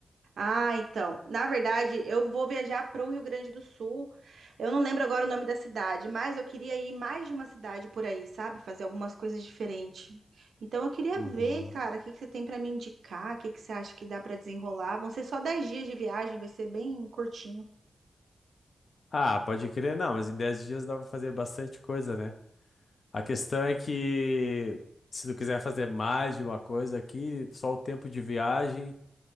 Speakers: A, on the right; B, on the left.
A: Ah, então. Na verdade, eu vou viajar para o Rio Grande do Sul. Eu não lembro agora o nome da cidade, mas eu queria ir mais de uma cidade por aí, sabe? Fazer algumas coisas diferentes. Então, eu queria
B: Uhum.
A: ver, cara, o que que você tem para me indicar? O que que você acha que dá para desenrolar? Vão ser só 10 dias de viagem, vai ser bem curtinho.
B: Ah, pode crer, não, mas em 10 dias dá pra fazer bastante coisa, né? A questão é que se tu quiser fazer mais de uma coisa aqui, só o tempo de viagem.